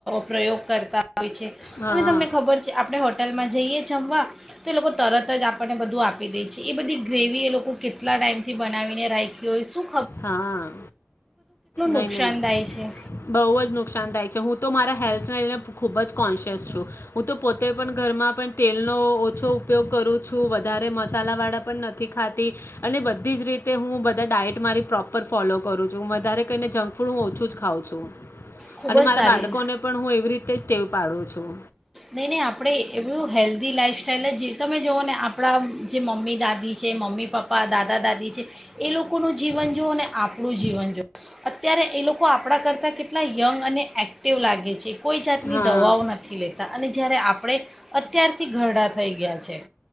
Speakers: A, in the centre; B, on the left.
A: પ્રયોગ કરતા હોય છે
B: હા
A: અને તમને ખબર છે આપણે હોટલમાં જઈએ જમવા. તો એ લોકો તરત જ આપણને બધું આપી દે છે એ બધી ગ્રેવી એ લોકો કેટલા ટાઈમથી બનાવીને રાખી જોઈશું.
B: હા, નહી
A: નુકસાનદાય
B: નહી
A: છે
B: બહ જ નુકસાન થાય છે હું તો મારા હેલ્થને લઈને ખૂબ જ કોન્શિયસ છું હું તો પોતે પણ ઘરમાં પણ તેલનો ઓછો ઉપયોગ કરું છું વધારે મસાલાવાળા પણ નથી ખાતી, અને બધી જ રીતે હું બધા ડાયટ મારી પ્રોપર ફોલો કરું છું વધારે કહીને જંક ફૂડ હું ઓછું જ ખઉં છું.
A: ખૂબ
B: અને
A: જ
B: મારા
A: સારી
B: બાળકોને પણ હું એવી રીતે તેવું પાડું છું.
A: નહીં નહી આપણે એવું હેલ્ધી લાઈફસ્ટ્ટાઈલ જે તમે જુઓ ને આપણા જે મમ્મી દાદી છે મમ્મી નહી નહી આપણે હેલ્ધી લાઇફસ્ટાઇલ જી પપ્પા દાદા દાદી છે એ લોકોનું જીવન જુઓ ને આપણું જીવન જુઓ અત્યારે એ લોકો આપણા કરતાં કેટલા યંગ અને એક્ટિવ લાગે છે. કોઈ જાતની
B: હા
A: દવાઓ નથી લેતી. અને જયારે આપણે અત્યારથી ઘરડા થઈ ગયા છીએ.